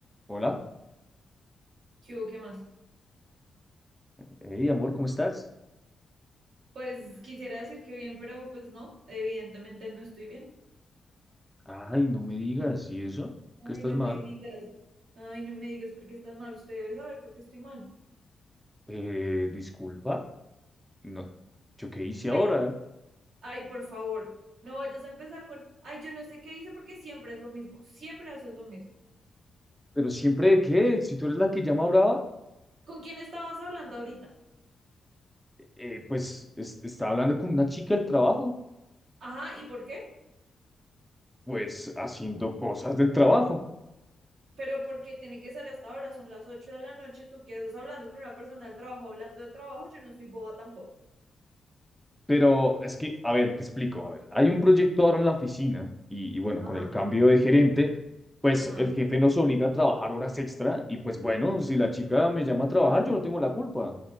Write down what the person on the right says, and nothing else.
¿Qué hubo? ¿Qué más?
Pues quisiera decir que bien, pero pues no, evidentemente no estoy bien.
Ay,
no
me digas, ay, no me digas por qué estás mal, usted debe saber por qué estoy mal.
Ay, ay, por favor, no vayas a empezar con, ay, yo no sé qué hice porque siempre es lo mismo, siempre haces lo mismo.
¿Con quién estabas hablando ahorita?
Ajá, ¿y por qué?
Pero porque tiene que ser hasta ahora, son las 8 de la noche, tú qué estás hablando con una persona del trabajo, hablando de trabajo, yo no soy boba tampoco.
Ajá,
ajá.